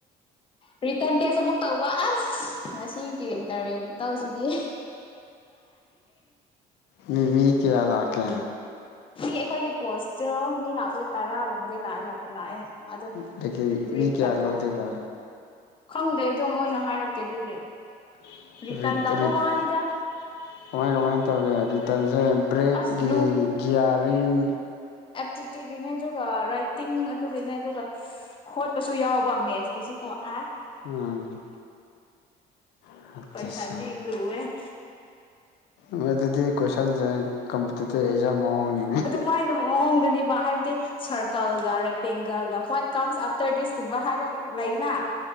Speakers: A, on the left; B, on the left.
A: ꯔꯤꯇꯔꯟ ꯇꯦꯁ ꯑꯃꯨꯛ ꯇꯧꯕ ꯑꯁ ꯉꯁꯤꯒꯤ ꯏꯟꯇꯔꯚꯤꯌꯨꯛꯇꯧꯁꯤꯗꯤ
B: ꯃꯤꯃꯤ ꯀꯌꯥꯂ ꯀꯦ
A: ꯃꯤ ꯑꯩꯈꯣꯏꯒꯤ ꯄꯣꯁꯇꯣ ꯃꯤ ꯂꯥꯛꯄꯁ ꯇꯔꯥꯒꯨꯝꯕꯗꯤ ꯂꯥꯛꯑꯦꯕ ꯂꯥꯛꯑꯦ ꯑꯗꯣ
B: ꯑꯗꯒꯤ
A: ꯔꯤꯇꯟ
B: ꯃꯤ ꯀꯌꯥ ꯂꯧꯗꯣꯏꯕ
A: ꯑꯃꯨꯛ ꯈꯪꯗꯦ ꯑꯗꯨꯣ ꯃꯣꯏꯅ ꯍꯥꯏꯔꯛꯇꯦ ꯑꯗꯨꯗꯤ
B: <unintelligible>
A: ꯔꯤꯇꯟ ꯇꯧꯕ ꯋꯥꯅꯤꯗ
B: ꯇꯟꯖ ꯕ꯭ꯔꯦꯛꯦꯛꯒꯤ
A: ꯑꯁ
B: ꯒꯌꯥꯔꯤꯡ
A: ꯆꯤꯇ꯭ꯔꯤꯒꯤꯅꯦ ꯑꯗꯨꯒ ꯔꯥꯏꯇꯤꯡ ꯑꯗꯨꯒꯤꯅꯦ ꯑꯗꯨꯒ ꯈꯣꯠꯄꯁꯨ ꯌꯥꯎꯕ ꯃꯦꯠꯁꯀꯤꯁꯨ ꯀꯣ <inaudible>
B: ꯎꯝ ꯑꯠꯆꯥ
A: ꯀꯩꯁꯥꯟꯗꯤ ꯏ ꯂꯨꯦ <inaudible>
B: ꯃꯣꯏ ꯑꯗꯨꯗꯤ ꯀꯣꯏꯁꯟꯁꯦ ꯀꯝꯄꯤꯇꯤꯇꯤꯞ ꯑꯦꯛꯖꯥꯝ ꯃꯑꯣꯡꯅꯤꯅꯦ
A: ꯑꯗꯨ ꯃꯥꯏꯅ ꯃꯑꯣꯡꯗꯅꯦ ꯍꯥꯏꯕꯗꯤ ꯁꯔꯀꯜꯒ ꯔꯦꯛꯇꯦꯡꯒꯜꯒ ꯍꯋꯥꯏꯠ ꯀꯝꯁ ꯑꯥꯐꯇꯔ ꯗꯤꯁꯀꯨꯝꯕ ꯍꯥꯏꯕ ꯂꯩꯅ